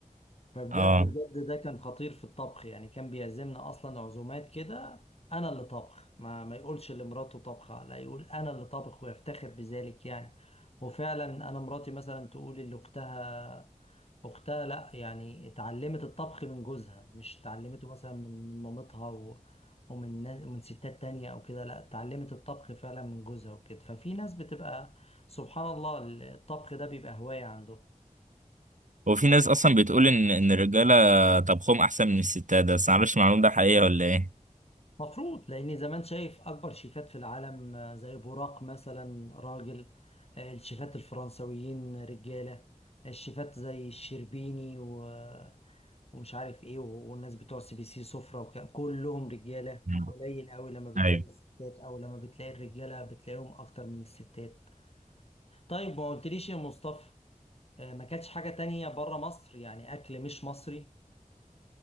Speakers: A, on the left; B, on the right.
A: فبجد
B: اه
A: بجد ده كان خطير في الطبخ يعني كان بيعزمنا اصلا عزومات كده انا اللي طبخ ما ما يقولش لمراته طبخه لا يقول انا اللي طبخ ويفتخر بذلك يعني وفعلا انا مراتي مثلا تقول اللي اختها اختها لا يعني اتعلمت الطبخ من جوزها مش اتعلمته مثلا من من مامتها و... ومن نا- من ستات تانية او كده لا اتعلمت الطبخ فعلا من جوزها وكده ففي ناس بتبقى سبحان الله الطبخ ده بيبقى هواية عنده
B: وفي ناس اصلا بتقول ان ان الرجاله طبخهم احسن من الستات ده بس معرفش المعلومه ده حقيقه ولا ايه
A: مفروض لان زمان شايف اكبر شيفات في العالم آه، زي بوراق مثلا راجل آه، الشيفات الفرنسويين رجاله الشيفات زي الشربيني و... آه، ومش عارف ايه و- والناس بتوع سي بي سي سفرة وكان كلهم رجاله
B: مم.
A: قليل قوي لما بتلاقي
B: ايوه
A: الستات او لما بتلاقي الرجاله بتلاقيهم اكتر من الستات طيب ما قلتليش يا مصطفى آه، ما كانتش حاجه تانية بره مصر يعني اكل مش مصري